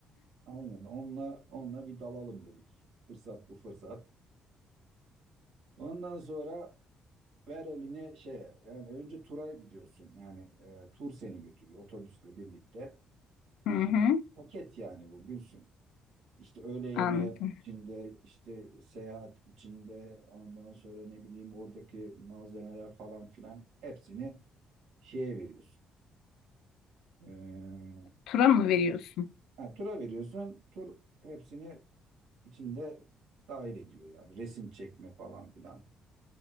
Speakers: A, on the right; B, on the left.
A: aynen onunla onunla bir dalalım dedik. Fırsat bu fırsat. Ondan sonra ver eline şeye yani önce tura gidiyorsun. Yani e, tur seni götürüyor otobüsle birlikte.
B: <laughs> Hı hı,
A: Yani paket yani bu Gülsün. İşte öğle yemeği
B: anladım.
A: içinde işte seyahat içinde ondan sonra ne bileyim oradaki malzemeler falan filan hepsini şeye veriyorsun. E,
B: Tura mı veriyorsun?
A: Ha, tura veriyorsun. Tur hepsini içinde dahil ediyor yani. Resim çekme falan filan.